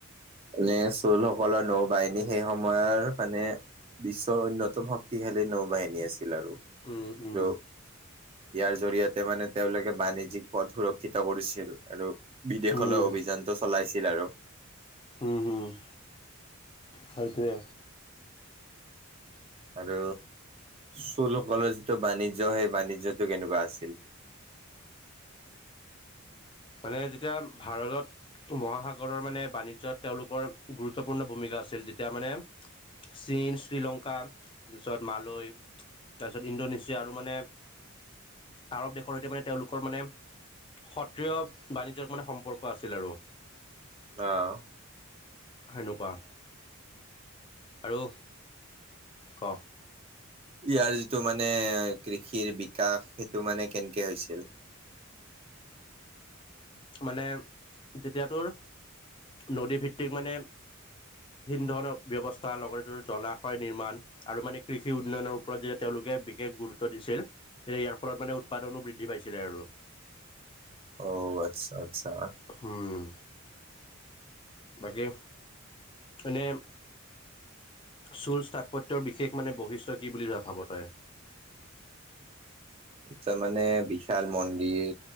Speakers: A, on the right (about 30°); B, on the left (about 25°).
A: মানে চুলসকলৰ নৌ বাহিনী সেই সময়ৰ মানে বিশ্বৰ অন্যতম শক্তিশালী নৌ বাহিনী আছিল আৰু
B: উম উম
A: আৰু ইয়াৰ জৰিয়তে মানে তেওঁলোকে বাণিজ্যিক পথ সুৰক্ষিত কৰিছিল আৰু বিদেশলৈ
B: উম
A: অভিযানটো চলাইছিল আৰু
B: হু হুত সেইটোৱে
A: আৰু চুলসকলৰ যিটো বাণিজ্য সেই বাণিজ্যটো কেনেকুৱা আছিল
B: মানে যেতিয়া ভাৰতত মহাসাগৰৰ মানে বাণিজ্যত তেওঁলোকৰ গুৰুত্বপূৰ্ণ ভূমিকা আছিল যেতিয়া মানে চীন শ্ৰীলংকা পিছত মালৈ তাৰপিছত ইণ্ডোনেছিয়া আৰু মানে আৰৱ দেশৰ সৈতে মানে তেওঁলোকৰ মানে সত্ৰিয় বাণিজ্যক মানে সম্পৰ্ক আছিল আৰু
A: অ আচ্ছা
B: সেনুকুৱা আৰু ক
A: ইয়াৰ যিটো মানে কৃষিৰ বিকাশ সেইটো মানে কেনকে হৈছিল
B: মানে যেতিয়া তোৰ নদী ভিত্তিক মানে সিন্ধৰনৰ ব্যৱস্থা লগতে টোৰ জলাশয় নিৰ্মাণ আৰু মানে কৃষি উন্নয়নৰ ওপৰত যেতিয়া তেওঁলোকে বিশেষ গুৰুত্ব দিছিল এতিয়া ইয়াৰ ফলত মানে উৎপাদনো বৃদ্ধি পাইছিলে আৰু
A: অউ আচ্ছা আচ্ছা
B: হুম বাকী এনেই চুল স্থাপত্যৰ বিশেষ মানে বৈশিষ্ট্য কি বুলি এ ভাব তই
A: এতিয়া মানে বিশাল মন্দিৰ